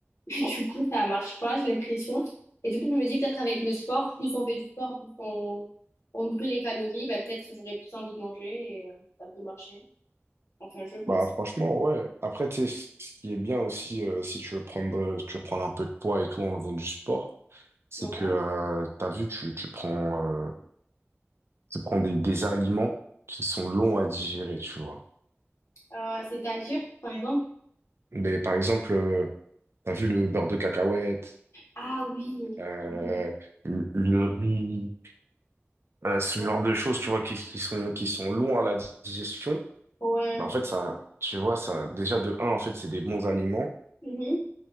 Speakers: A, on the left (about 75°); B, on the right (about 60°).
A: <laughs> du coup, ça marche pas, j'ai l'impression. Et du coup, je me dis peut-être avec le sport, plus on fait du sport, plus on, on brûle les calories, ben, peut-être j'aurais plus envie de manger et euh, ça peut marcher. Enfin, je pense.
B: Bah, franchement, ouais. Après, tu sais, ce qui est bien aussi, euh, si tu veux prendre, euh, tu veux prendre un peu de poids et tout en faisant du sport, c'est
A: Ouais.
B: que, euh, t'as vu, tu, tu prends, euh, tu prends des, des aliments qui sont longs à digérer, tu vois.
A: Euh, c'est-à-dire, par exemple,
B: Mais par exemple, euh, T'as vu le beurre de cacahuète,
A: ah oui,
B: euh,
A: Mhm.
B: le le riz, euh, ce
A: ouais,
B: genre de choses, tu vois, qui, qui sont, qui sont longs à la di- digestion.
A: ouais,
B: Bah, en fait, ça, tu vois, ça, déjà, de un, en fait, c'est des bons aliments.
A: Mhm.